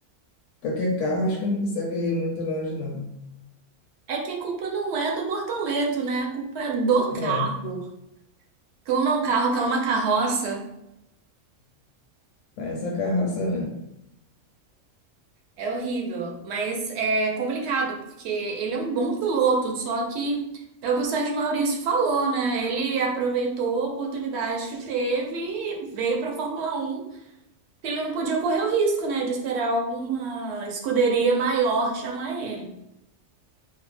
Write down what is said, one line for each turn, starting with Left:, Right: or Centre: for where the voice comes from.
Left: Qualquer carro, acho que não consegue ir muito longe, não.
Right: é que a culpa não é do Bortoleto, né? A culpa é do carro.
Left: É,
Right: Clona um carro, clona uma carroça.
Left: parece a carroça mesmo.
Right: É horrível, mas é complicado, porque ele é um bom piloto, só que é o que o Sérgio Maurício falou, né? Ele aproveitou a oportunidade que teve e veio para a Fórmula Um. porque ele não podia correr o risco, né, de esperar alguma escuderia maior chamar ele.